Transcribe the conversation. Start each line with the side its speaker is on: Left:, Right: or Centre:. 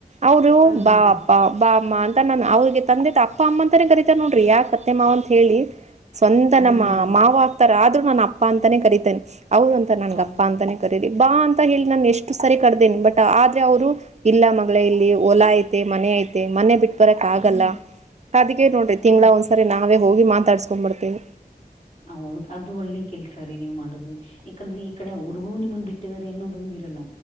Right: ಅವ್ರು
Left: ಹ್ಮ್ ಹ್ಮ್ ಹಾ ಹಾ
Right: ಬಾ
Left: ಹಾ
Right: ಬಾ ಅಮ್ಮ ಅಂತ ನಾನು ಅವ್ರಿಗೆ ತಂದೆಪ್ಪ ಅಮ್ಮ ಅಂತನೇ ಕರೀತೆ ನೋಡ್ರಿ ಯಾಕ್ಟ್ -- ಸತ್ಯ ಮಾವ ಅಂತ ಹೇಳಿ ಸ್ವಂತ
Left: ಹಾ
Right: ನಮ್ಮ
Left: ರೀ
Right: ಮಾವ ಆಗ್ತಾರೆ ಆದ್ರೂ ನಾನು ಅಪ್ಪ ಅಂತಾನೇ ಕರಿತಿನಿ. ಹೌದ ಅಂತ ನನ್ಗಪ್ಪಾ
Left: ಹೌದು
Right: ಅಂತಾನೇ ಕರೀರಿ ಬಾ ಅಂತ ಹೇಳಿ ನಾನ್ ಎಷ್ಟು ಸರಿ ಕರ್ದೇನಿ ಬಟ್ ಆದ್ರೆ ಅವ್ರು. ಇಲ್ಲ ಮಗ್ಳೇ ಇಲ್ಲಿ ಹೊಲ ಐತೆ ಮನೆ ಐತೆ ಮನೆ ಬಿಟ್ ಬರಕ್
Left: ಹ್ಮ್
Right: ಆಗಲ್ಲ ಅದಿಕ್ಕೆ ನೋಡ್ರಿ ತಿಂಗ್ಳ
Left: ಹೌದು
Right: ಒಂದ್ಸರಿ ನಾವೇ ಹೋಗಿ ಮಾತಾಡ್ಸ್ಕೊಂಡ್ ಬರ್ತಿವಿ.
Left: ಹೌದ ಅದು ಒಳ್ಳೆ ಕೆಲ್ಸ ರೀ ನೀವ್ ಮಾಡದು. ಯಾಕಂದ್ರೆ ಈ ಕಡೆ ಅವ್ರಗೂ ನಿಮ್ಮನ್ನ ಬಿಟ್ಟಿದ್ದಾರೆ ಅನ್ನೋದೊಂದ್ ಇರಲ್ಲ